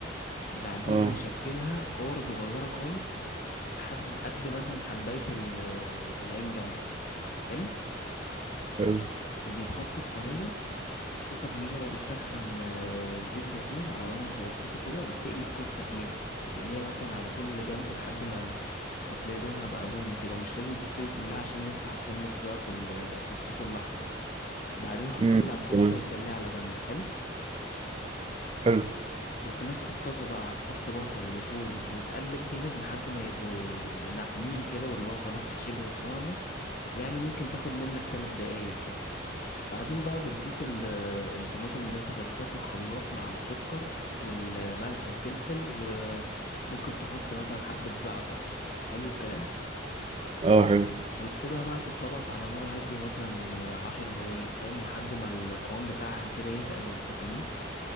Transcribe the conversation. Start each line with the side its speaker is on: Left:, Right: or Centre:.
Left: بعدين
Right: اه
Left: بيشكلها كور صغيرة خالص حد قد مثلا حباية ال- العين جمل حلو
Right: حلو
Left: وبيتحطوا في صينية وفي طاسة كبيرة بقى بتسخن آه، زيت زيتون على نار متوسطة كده وبتقلي الكفتة فيها بتقليها مثلا على كل جنب لحد ما ما تلاقي لونها بقى بني كده ومش لازم تستوي كلها عشان لسه هتكمل سواها في ال- في الصوص الأحمر بعدين هتطلع
Right: امم
Left: الكفتة
Right: تمام
Left: وتخليها على جنب حلو
Right: حلو
Left: وفي نفس الطاسة بقى هتحط بصل وتوم وتقلب جامد لحد ما يبقوا ناعمين كده واللي هو خلاص شبه اتفرموا يعني ممكن تاخد منك تلات دقايق كده بعدين بقى بتضيف ال- آه، الطماطم اللي انت ضربتها في الخلاط مع السكر والملح وفلفل وممكن تحط مثلا حبة زعتر حلو الكلام
Right: اه حلو
Left: وتسيبها بقى تتطبخ على نار هادية مثلا عشر دقايق فاهم لحد ما القوام بتاعها كده يتقل ويبقى سميك